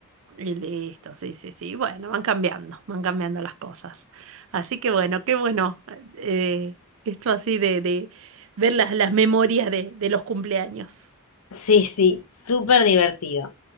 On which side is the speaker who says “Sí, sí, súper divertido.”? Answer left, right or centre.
Left